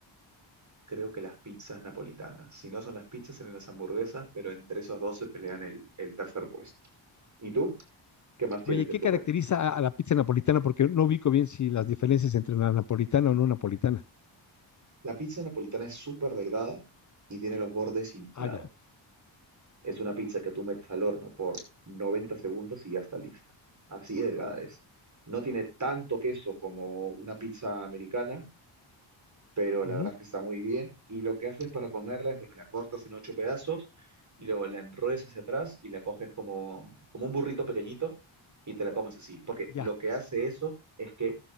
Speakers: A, on the right; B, on the left.
A: creo que las pizzas napolitanas. Si no son las pizzas, serán las hamburguesas, pero entre esos dos se pelean el, el tercer puesto. ¿Y tú? ¿Qué más tienes
B: Oye,
A: en
B: ¿qué
A: tu
B: caracteriza
A: ranking?
B: a, a la pizza napolitana? Porque no ubico bien si las diferencias entre la napolitana o no napolitana.
A: La pizza napolitana es súper delgada y tiene los bordes inflados.
B: Ah, ya.
A: Es una pizza que tú metes al horno por 90 segundos y ya está lista. Así de delgada es. No tiene tanto queso como una pizza americana, pero la
B: Ujú.
A: verdad es que está muy bien. Y lo que haces para comerla es, bueno, la cortas en ocho pedazos y luego la enrollas hacia atrás y la coges como, como un burrito pequeñito y te la comes así. Porque
B: Ya.
A: lo que hace eso es que